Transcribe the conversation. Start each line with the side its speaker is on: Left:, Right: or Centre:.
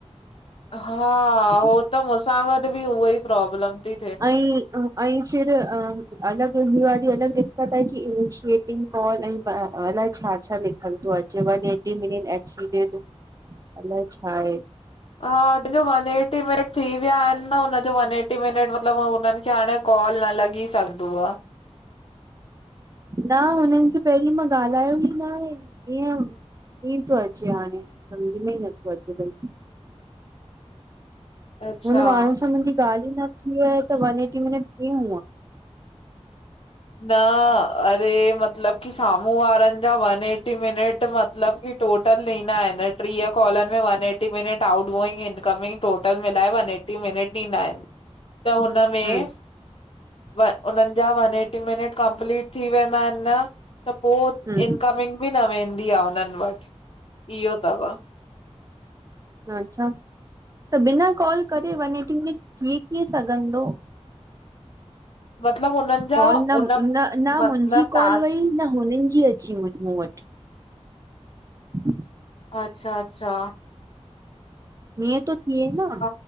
Left: हा हो
Right: <unintelligible>
Left: त मूसां गॾु बि उहा ई प्रॉब्लम ती
Right: अई ऐं अई फिर अ अलॻि हिय वारी अलॻि दिक्कत आहे की इनिशिएटिंग कॉल अई अलाए छा छा लिखलु तो अचे वन ऐटी मिनट् एक्सीडेट अलाए छा आहे।
Left: हा जीन जो वन एटी मिनट थी विया आहिनि न, हुनजो वन एटी मिनट मतिलबु हुननि खे हाणे कॉल न लॻी सघदो आ।
Right: न हुननि खे पहिरीं मां ॻाल्हायो ई न आहे इएं ई तो अचे हाणे, सम्झ में ई नथो अचे भई।
Left: अच्छा
Right: हुन माण्हूनि सां मुंहिंजी ॻाल्हि ई न थी आहे त वन एटी मिनट कीअं हुंआ?
Left: न अरे मतिलबु की साम्हूं वारनि जा वन एटी मिनट मतलबु की टोटल ॾींदा आहिनि टीह कॉलन मेंं one eighty minute out going incoming total मिलाए वन एट टी मिनट ॾींदा आहिनि। त हुन में
Right: हम
Left: वन उननि जा वन एटी मिनट कंपलीट थी वेंदा आहिनि न। त पो
Right: हम
Left: इनकमिंग बि न वेंदी आ उननि वटि, इहो तव।
Right: अच्छा, त बिना कॉल करे वन एटी मिनट थी कीअं सघंदो?
Left: मतलब हुननि जा
Right: कॉल न
Left: उन
Right: न न
Left: मतलब
Right: मुंहिंजी
Left: टास्क
Right: कॉल वई न हुननि जी अची वई मूं वटि। <inaudible>
Left: अच्छा अच्छा
Right: मींयुं तो थीए न।
Left: हा